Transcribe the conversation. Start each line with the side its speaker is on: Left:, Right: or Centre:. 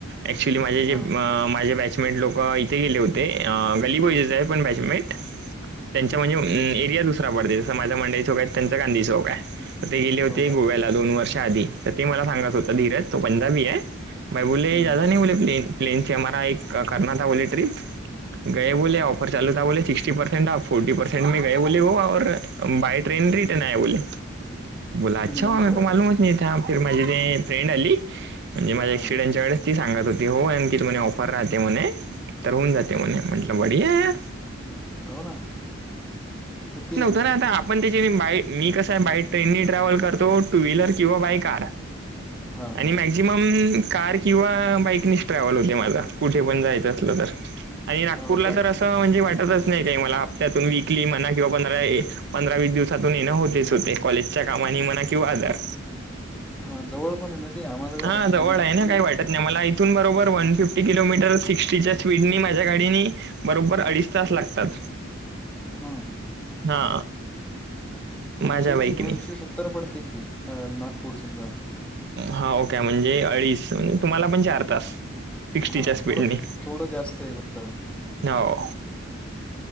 Right: ऍक्च्युली माझे जे
Centre: हां
Right: माझे बॅच बॅचमेंट लोक इथे गेले होते. गली बॉईज आहे पण बॅचमेट त्यांच्या म्हणजे
Centre: हम्म, हम्म.
Right: एरिया दुसरा पडते जस माझा मंडई चौक आहे त्यांच गांधी चौक आहे. तर ते गेले होते
Centre: हो का
Right: गोव्या दोन वर्ष आधी तर ते मला सांगत होत धीरज तो पंजाबी आहे बा बोलले
Centre: हम्म.
Right: दादा नाही बोले फिर. प्लेनचे हमारा एक करणा था बोले ट्रिप गय बोले ऑफर चालू बोले सिक्स्टी परसेंट फोर्टी परसेंटे मे गये बोले ओ और बाय ट्रेन रिटर्न आये बोले, बोला अच्छा
Centre: मग
Right: हुआ मरेको
Centre: तर
Right: मालूमच नही था. तर माझी ते फ्रेंड आली म्हणजे माझ्या
Centre: हां
Right: एक्सिडेंटच्या वेळेस ती सांगत होती. ते हो कि म्हणे ऑफर राहते म्हणे तर होऊन जाते म्हणे म्हटलं बढिया हे.
Centre: हो ना प् ते
Right: तर आता आपण त्याच्या बाय मी कसं आहे बाय ट्रेननी ट्रॅव्हल करतो टू व्हीलर किंवा बाय कार.
Centre: हा.
Right: आणि मॅक्झिमम कार किंवा बाईकनी ट्रॅव्हल होते माझा कुठे पण जायचं असलं तर. आणि नागपूरला
Centre: हो का
Right: तर असं म्हणजे वाटतच नाही काही मला हप्त्यातून वीकली म्हना किंवा पंधरा. पंधरा वीस दिवसातून येणं होतेच होते कॉलेजच्या कामानी म्हणा किंवा आजार.
Centre: हा जवळ कोण आहे ना ते आम्हाला
Right: हा जवळ
Centre: दोनशे
Right: आहे ना काही वाटत नाही मला ऐथून बरोबर वन फिफ्टी किलोमीटर सिक्स्टीच्या स्पीडनी माझ्या गाडीनी. बरोबर अडीच तास लागतात.
Centre: हा.
Right: हा
Centre: आमच्या
Right: माझ्या
Centre: इथे
Right: बाईकनी
Centre: दोनशे सत्तर पडते की अ नागपूर समजा.
Right: हा ओ के म्हणजे अडीच तुम्हाला पण चार तास सिक्स्टीच्या
Centre: हां
Right: स्पीडनी.
Centre: थोडं थोडं जास्त आहे बघतं
Right: हो,